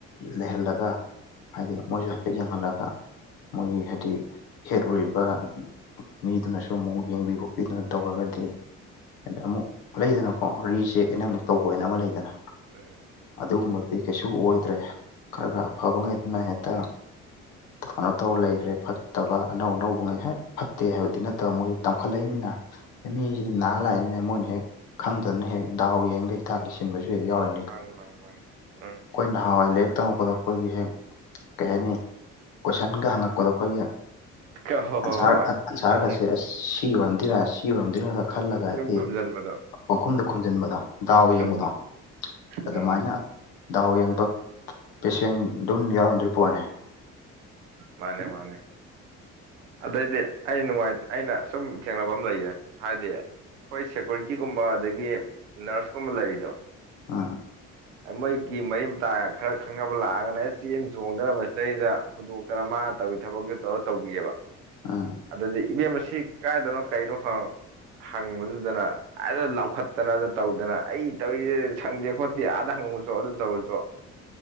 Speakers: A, on the left (about 75°); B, on the right (about 85°).
A: ꯂꯩꯍꯜꯂꯒ ꯍꯥꯏꯗꯤ ꯃꯣꯏꯁꯨ ꯍꯥꯏꯐꯦꯠ ꯌꯦꯡꯍꯜꯂꯒ ꯃꯣꯏꯒꯤ ꯍꯥꯏꯗꯤ ꯍꯦꯠ ꯑꯣꯏꯔꯤꯕ ꯃꯤꯗꯨꯅꯁꯨ ꯑꯃꯨꯛ ꯌꯦꯡꯕꯤ ꯈꯣꯠꯄꯤꯗꯨꯅ ꯇꯧꯔꯒꯗꯤ ꯑꯦꯗꯤ ꯑꯃꯨꯛ ꯂꯩꯗꯅꯀꯣ ꯔꯤꯆꯦꯛ ꯑꯅ‌
B: ꯎꯝ
A: ꯑꯃꯨꯛ ꯇꯧꯕ ꯑꯅꯤ ꯑꯃ ꯂꯩꯗꯅ
B: ꯎꯝ
A: ꯑꯗꯨꯒꯨꯝꯕ ꯗꯤ ꯀꯩꯁꯨ ꯑꯣꯏꯗ꯭ꯔꯦ ꯈꯔ ꯈꯔ ꯑꯐꯕꯉꯩꯗꯨꯅ ꯍꯦꯛꯇ ꯀꯩꯅꯣ ꯇꯧ ꯂꯩꯒ꯭ꯔꯦ ꯐꯠ ꯇꯕ ꯑꯅꯧ ꯑꯅꯧꯕꯉꯩ ꯍꯦꯛ ꯐꯠꯇꯦ ꯍꯥꯏꯕꯗꯤ ꯅꯠꯇꯕ ꯃꯣꯏꯖꯨ ꯇꯝꯈꯠꯂꯛꯏꯝꯅꯤꯅ ꯑꯦ ꯃꯤꯖꯤꯗꯤ ꯅꯥꯔ ꯂꯥꯛꯏꯅꯤꯅ ꯃꯣꯏꯅ ꯍꯦꯛ ꯈꯪꯗꯗꯅ ꯍꯦꯛ ꯗꯥꯎ ꯌꯦꯡꯒꯩ ꯍꯤꯗꯥꯛ ꯂꯩꯁꯤꯟꯕꯁꯨ ꯍꯦꯛ ꯌꯥꯎꯔꯔꯤ
B: ꯃꯥꯅꯤ ꯃꯥꯅꯤ ꯃꯥꯅꯤ ꯎꯝ
A: ꯑꯩꯈꯣꯏꯅ ꯉꯍꯥꯟꯋꯥꯏ ꯂꯥꯏꯔꯤꯛ ꯇꯝꯃꯛꯄꯗ ꯑꯩꯈꯣꯏꯒꯤ ꯍꯦꯛ ꯀꯩ ꯍꯥꯏꯅꯤ ꯀꯣꯏꯁꯟꯒ ꯍꯪꯉꯛꯄꯗꯣ ꯑꯩꯈꯣꯏꯒꯤ
B: ꯍꯣꯏ ꯍꯣꯏ
A: ꯑꯟꯁꯔ
B: ꯍꯣꯏ
A: ꯑꯟꯁꯔꯒꯁꯦ
B: ꯎꯝ
A: ꯁꯤ ꯑꯣꯏꯔꯝꯗꯣꯏꯔ ꯁꯤ ꯑꯣꯏꯔꯝꯗꯣꯏꯔꯒ ꯈꯜꯂꯒ ꯑꯩꯗꯤ
B: ꯁꯨꯝ ꯈꯨꯝꯖꯤꯟꯕꯗꯣ
A: ꯄꯡꯈꯨꯝꯗ ꯈꯨꯝꯟꯖꯤꯟꯕꯗꯣ ꯗꯥꯎ ꯌꯦꯡꯕꯗꯣ
B: ꯎꯝ
A: ꯑꯗꯨꯃꯥꯏꯅ
B: ꯎꯝ
A: ꯗꯥꯎ ꯌꯦꯡꯕ ꯄꯦꯁꯦꯟ ꯑꯗꯨꯝ ꯌꯥꯎꯔꯝꯗꯣꯔꯤ ꯄꯣꯠꯅꯦ
B: ꯃꯥꯅꯦ ꯃꯥꯅꯦ ꯑꯗꯩꯗꯤ ꯑꯩ ꯅꯨꯡꯉꯥꯏ ꯑꯩꯅ ꯁꯨꯝ ꯊꯦꯡꯅꯕ ꯑꯃ ꯂꯩꯌꯦ ꯍꯥꯏꯗꯤ ꯑꯩꯈꯣꯏ ꯁꯦꯀꯨꯔꯤꯇꯤꯒꯨꯝꯕ ꯑꯗꯒꯤ ꯅꯔꯁꯀꯨꯝꯕ ꯂꯩꯔꯤꯗꯣ
A: ꯑꯥ
B: ꯃꯣꯏꯒꯤ ꯃꯔꯤ ꯃꯇꯥ ꯈꯔ ꯈꯪꯅꯕ ꯂꯥꯛꯑꯒꯅꯦ ꯑꯦꯁ ꯆꯦꯟ ꯆꯣꯡꯗꯅ ꯃꯁꯤꯗꯩꯗ ꯍꯨꯟꯗꯣꯛꯇꯅ ꯃꯥ ꯇꯧꯒꯤ ꯊꯕꯛꯇꯨ ꯇꯧꯔ ꯇꯧꯕꯤꯑꯕ
A: ꯑꯥ <unintelligible>
B: ꯑꯗꯨꯗꯤ ꯏꯕꯦꯝ ꯑꯁꯤ ꯀꯥꯏꯗꯅꯣ ꯀꯩꯅꯣ ꯍꯪ ꯍꯪꯕꯗꯨꯗꯅ ꯑꯗ ꯂꯥꯎꯈꯠꯇꯅꯗ ꯇꯧꯗꯅ ꯑꯩ ꯇꯧꯔꯤꯁꯦ ꯁꯪꯗꯦ ꯈꯣꯠꯇꯦ ꯑꯥꯗ ꯍꯪꯉꯨ ꯑꯗꯨ ꯇꯧꯔꯁꯨ